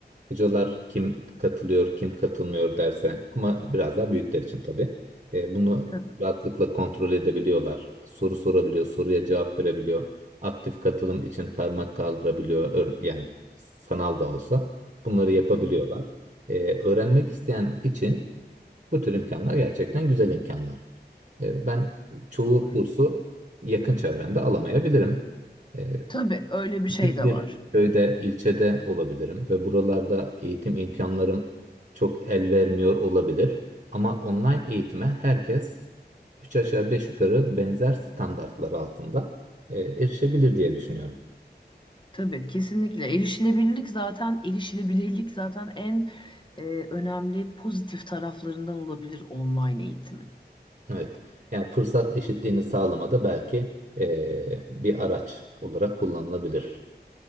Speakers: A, on the right; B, on the left.
A: hocalar kim katılıyor, kim katılmıyor derse ama biraz daha büyükler için tabii. E, bunu
B: Tabii.
A: rahatlıkla kontrol edebiliyorlar. Soru sorabiliyor, soruya cevap verebiliyor. Aktif katılım için parmak kaldırabiliyor. Ör- Yani sanal da olsa bunları yapabiliyorlar.
B: Hı hı.
A: E, öğrenmek isteyen için Bu tür imkanlar gerçekten güzel imkanlar. E, Ben çoğu
B: Doğru.
A: kursu yakın çevremde alamayabilirim. E,
B: Tabii öyle bir
A: Küçük
B: şey de
A: bir
B: var.
A: köyde, ilçede olabilirim ve buralarda eğitim imkanlarım çok el vermiyor olabilir. Ama online eğitime herkes 3 aşağı 5 yukarı benzer standartlar altında e, erişebilir diye düşünüyorum.
B: Tabii kesinlikle erişilebilirlik zaten erişilebilirlik zaten en e, önemli pozitif taraflarından olabilir online eğitimin.
A: Evet, yani fırsat eşitliğini sağlamada belki e, bir araç olarak kullanılabilir.